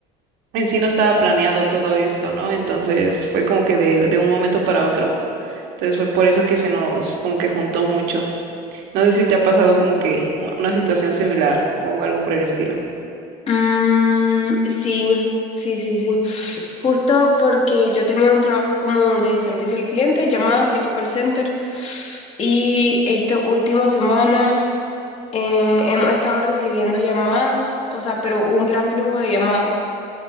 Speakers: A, on the right; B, on the left.
A: en sí no estaba planeado todo esto, ¿no? Entonces fue como que de, de un momento para otro. Entonces fue por eso que se nos como que juntó mucho. No sé si te ha pasado como que u- una situación similar o algo por el estilo.
B: Mm, sí, sí, sí, sí. Justo porque yo tenía un trabajo como de servicio al cliente, llamadas tipo call center. Y esta última semana eh, hemos estado recibiendo llamadas, o sea, pero un gran flujo de llamadas.